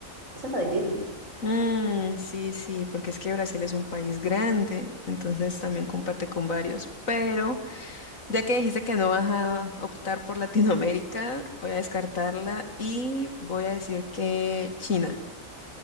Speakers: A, on the right (about 70°); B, on the left (about 75°).
A: Esa está difícil.
B: Ah, sí, sí, porque es que Brasil es un país grande, entonces también comparte con varios. Pero ya que dijiste que no vas a optar por Latinoamérica, voy a descartarla y voy a decir que China.